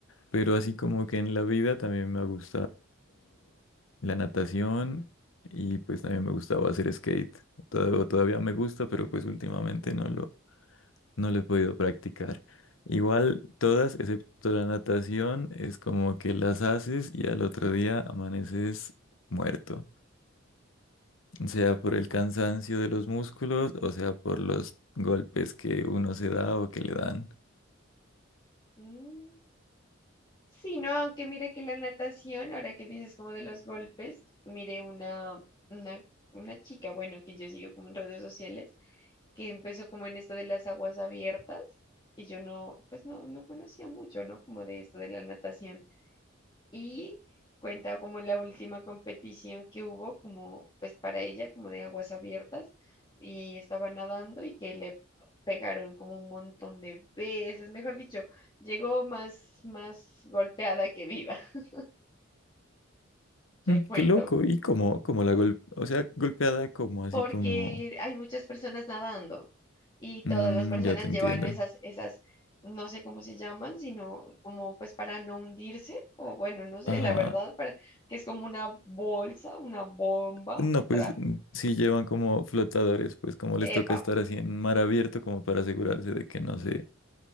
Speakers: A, on the left (about 80°); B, on the left (about 25°).
A: pero así como que en la vida también me ha gustado la natación y pues también me gustaba hacer skate. Todo- todavía me gusta, pero pues últimamente no lo, no lo he podido practicar. Igual todas, excepto la natación, es como que las haces y al otro día amaneces muerto sea por el cansancio de los músculos o sea por los golpes que uno se da o que le dan.
B: Mm. Sí, no, aunque mire que la natación, ahora que dices como de los golpes, mire una, una, una chica, bueno, que yo sigo como en redes sociales, que empezó como en esto de las aguas abiertas y yo no, pues no, no conocía mucho, ¿no? Como de esto de la natación y cuenta como la última competición que hubo, como pues para ella, como de aguas abiertas, y estaba nadando y que le pegaron como un montón de veces, mejor dicho, llegó más, más golpeada que viva, <laughs> te
A: Mm,
B: cuento,
A: qué loco, y como, como la gol, o sea, golpeada como así
B: porque
A: como,
B: hay muchas personas nadando y todas
A: Mm,
B: las personas
A: ya te
B: llevan
A: entiendo.
B: esas, esas no sé cómo se llaman, sino como pues para no hundirse, o bueno, no sé,
A: Ajá.
B: la verdad, para, que es como una bolsa, una bomba
A: No,
B: atrás
A: pues mm, sí llevan como flotadores, pues como les toca
B: Epa,
A: estar así en mar abierto como para asegurarse de que no se,